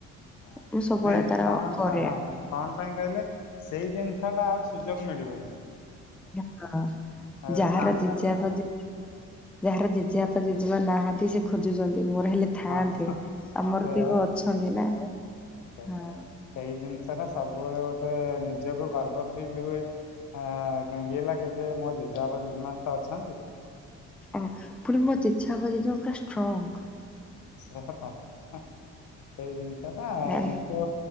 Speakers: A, on the left (about 75°); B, in the centre.
A: ହଁ
B: ମୁଁ ସବୁବେଳେ
A: ନାଇଁ
B: ତାର
A: କଣ
B: କରେ
A: ପାଇଁ ହଁ କଣ ପାଇଁ କହିଲେ ସେଇ ଜିନିଷ ଟା ଆଉ ସୁଯୋଗ ମିଳିବନି।
B: ଆଜ୍ଞା ହଁ
A: ଆଉ
B: ଯାହାର
A: ଆମେ
B: ଜେଜେବାପା ଜେଜେ ଯାହାର ଜେଜେବାପା ଜେଜେମା ନାହାନ୍ତି ସେ ଖୋଜୁଛନ୍ତି ମୋର ହେଲେ ଥା ଥାଆନ୍ତେ
A: ହଁ
B: ଆମର
A: ସେଇଆ
B: କି
A: ବା
B: ଅଛନ୍ତି ନା
A: ସେଇଟା
B: ହଁ।
A: ସେଇ ଜିନିଷ ଟା ସବୁବେଳେ ଗୋଟେ ନିଜକୁ ଗର୍ବ ଫିଲ୍ ହୁଏ ଆ ଇଏ ଲାଗେ ଯେ ମୋ ଜେଜେବାପା ଜେଜେମା ତ ଅଛନ୍ତି
B: ଅଁ ପୁଣି ମୋ ଜେଜେବାପା ଜେଜେମା ପୁରା ଷ୍ଟ୍ରଙ୍ଗ।
A: ସେଇଟା ତ ସେଇ ଜିନିଷ ଟା
B: ମ୍ୟାମ୍
A: କିନ୍ତୁ